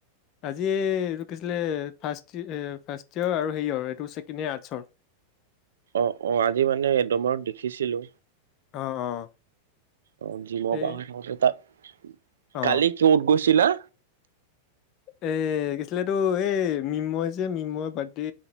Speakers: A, on the left; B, on the right.
A: আজি এইটো কি আছিলে ফাৰ্ষ্ট ফাৰ্ষ্ট ইয়েৰ আৰু হেই য়ৰ এইটো ছেকেণ্ড ইয়েৰ আৰ্টচৰ।
B: অ অ আজি মানে এদমৰ দেখিছিলো।
A: অহ অ।
B: অ জিমৰ
A: এই
B: আহি থাকোঁতে থাকোতে।
A: অ
B: কালি কত গৈছিলা?
A: এ কি আছিলে এটো এই মিনময় যে মিনময় বাৰ্থডে।